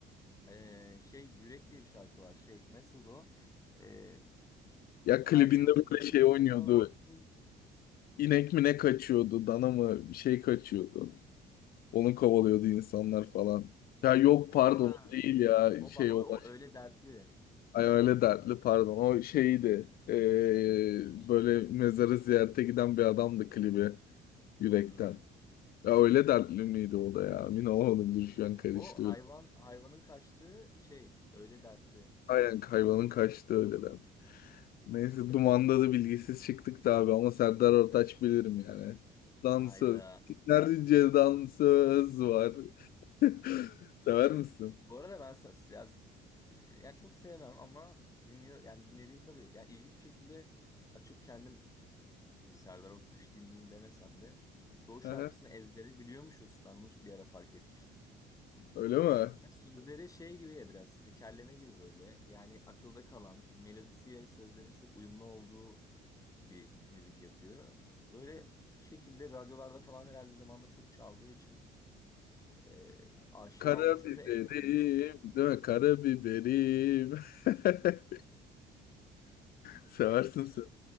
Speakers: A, on the left (about 20°); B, on the left (about 60°).
A: e, şey yürek diye bir şarkı var. Şey nasıldı o? E,
B: Ya
A: her
B: klibinde
A: gördüğünde
B: böyle şey oynuyordu.
A: kalırsın.
B: İnek mi ne kaçıyordu, dana mı bir şey kaçıyordu. Onu kovalıyordu insanlar falan. Ya yok
A: Ha,
B: pardon o değil ya
A: o,
B: şey
A: ba- o,
B: o baş...
A: o öyle dertli.
B: Ay öyle dertli pardon o şeydi. Ee, böyle mezarı ziyarete giden bir adamdı klibi yürekten.
A: Hmm.
B: Ya öyle dertli miydi o da ya? Emin olamadım dur şu an karıştı.
A: O hayvan hayvanın kaçtığı şey öyle dertli.
B: Aynen hayvanın kaçtı öyle derdi. Neyse Duman'da da bilgisiz çıktık da abi ama Serdar Ortaç bilirim yani. Dansöz.
A: Ayda.
B: Nerede Ceydan var. <laughs> Sever misin?
A: Bu arada ben sa- ya, e, ya çok sevmem ama dinliyor yani dinlediğim tabii ya ilginç bir şekilde açıp kendim bir Serdar Ortaç dinleyeyim demesem de çoğu şarkısını
B: Aha,
A: ezbere biliyormuşuz. Ben onu bir ara fark etmiştim.
B: öyle mi?
A: Ya sözleri şey gibi ya biraz tekerleme gibi böyle. Yani akılda kalan melodisiyle sözlerin çok uyumlu olduğu bir müzik yapıyor. Böyle bir şekilde radyolarda falan herhalde zamanında çok çaldığı için e, aşina
B: Karabiberim,
A: olmuşuz ve ezberlemişiz.
B: değil mi? Karabiberim. <laughs> Seversin sen.